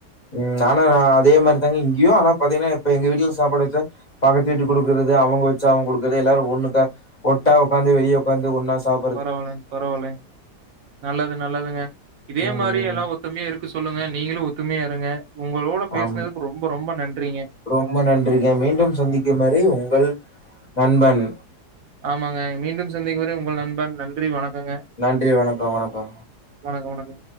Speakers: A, on the left; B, on the right.
A: ம் ஆனா அதே மாரி தாங்க இங்கையு ஆனா பாத்தீங்கன்னா இப்ப எங்க வீட்ல சாப்பாடு வச்சா பக்கத்து வீட்டு குடுக்குறது அவுங்க வச்ச அவுங்க குடுக்குறது எல்லாரு ஒண்ணுக்க ஒட்டா உக்காந்து வெளியே உக்காந்து ஒன்னா சாப்
B: பரவால்லைங்க பரவால்லைங்க நல்லது நல்லதுங்க இதே
A: ம்
B: மாரி எல்லா ஒத் ஒத்துமையா இருக்கு சொல்லுங்க நீங்களு ஒத்துமையா இருங்க உங்களோட பேசுனதுக்கு
A: ஆம்
B: ரொம்ப ரொம்ப நன்றிங்க
A: ரொம்ப நன்றிங்க மீண்டும் சந்திக்கும் வரை உங்கள் நண்பன்
B: ஆமாங்க மீண்டும் சந்திக்கு வரை உங்கள் நண்பன் நன்றி வணக்கங்க
A: நன்றி வணக்கோ வணக்கோ
B: வணக்கோ வணக்கோ